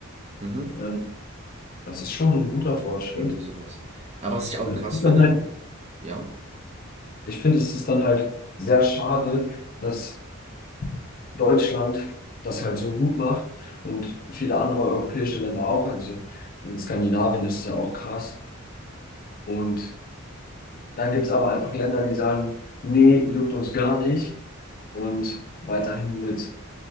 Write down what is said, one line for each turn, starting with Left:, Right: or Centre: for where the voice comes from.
Right: mhm,
Left: Ähm, das ist schon ein guter Fortschritt.
Right: irgendwie sowas. Aber was ich auch
Left: Und
Right: krass
Left: es ist
Right: finde,
Left: dann halt,
Right: ja,
Left: ich finde, es ist dann halt sehr schade, dass Deutschland das halt so gut macht und viele andere europäische Länder auch. Also in Skandinavien ist es ja auch krass. Und dann gibt es aber einfach Länder, die sagen, nee, juckt uns gar nicht. und weiterhin mit